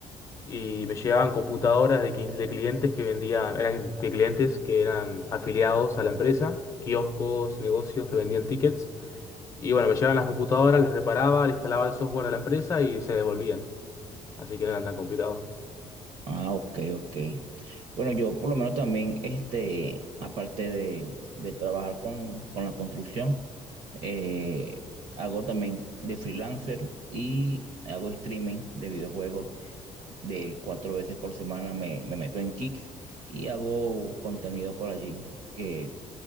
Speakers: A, on the left; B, on the right.
A: y me llegaban computadoras de, qui- de clientes que vendían, eran de clientes que eran afiliados a la empresa, kioscos, negocios que vendían tickets. Y bueno, me llegaban las computadoras, las reparaba, le instalaba el software a la empresa y se devolvían. Así que no eran tan complicados.
B: Ah, ok, ok. Bueno, yo por lo menos también, este, aparte de, de trabajar con, con la construcción, eh, hago también de freelancer y hago streaming de videojuegos. de cuatro veces por semana me, me meto en Kicks y hago contenido por allí, que